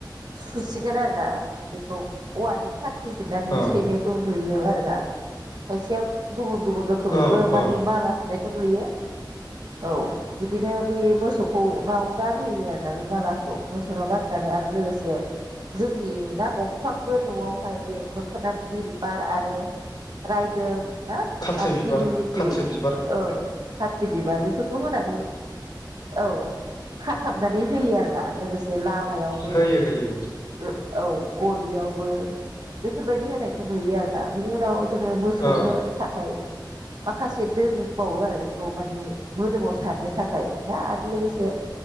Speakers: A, on the right; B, on the left.
A: सुसिगोन आरोना बेखौ औवानि खाथि जिरनानै
B: औ
A: सैनाय नुयो आरोना खायसेया गुबुन गुबुन रोखोमैबो
B: औ
A: मानि
B: औ
A: माला सु नायखौ नुयो औ बिदिनो बे मोसौखौ नाव गानहोयो आरोना बे मालाखौ मोसौनाव गानहोनानै आरो लोगोसे जोंनि ना दंफांबो न'आवहाय बे मोखोना बि बिबार आरो रायदों ना
B: खाथ्रि
A: आरो
B: बिबार
A: दिगिलिथि
B: खाथ्रि बिबार
A: ओ खाथ्रि बिबार बेफोरखौ होनानै औ। खाथाबनानै होयो आरो। दा लोगोसे लामायावबो
B: होयो होयो
A: ओ औ गलियावबो बेफोरबायदि होनायखौ नुयो आरोना बेनि उनाव जोङो मोसौनो
B: औ
A: थाखाय माखासे दोनबावो आरो बेखौ मानि मोदोमाव सारनो थाखाय ना आरो लोगोसे